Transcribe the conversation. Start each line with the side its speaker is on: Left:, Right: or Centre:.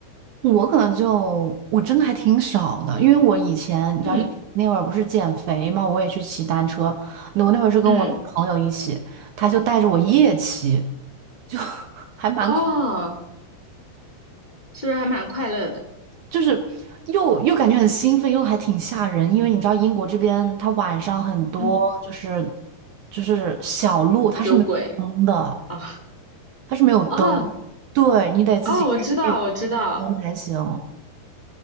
Right: 我可能就我真的还挺少的，因为我以前你知道一那会儿不是减肥嘛，
Left: 嗯
Right: 我也去骑单车。那我那会儿是跟我一个朋友一起，
Left: 嗯，
Right: 他就带着我夜骑，就 <laughs> 还蛮恐，
Left: 哦。是不是还蛮快乐的？
Right: 就是又又感觉很兴奋，又还挺吓人。因为你知道英国这边它晚上很多就是
Left: 嗯，
Right: 就是小路它是没有灯的。
Left: 酒鬼啊，
Right: 它是没有灯，
Left: 哦
Right: 对，你得自己开一只灯才行，
Left: 哦，我知道，我知道，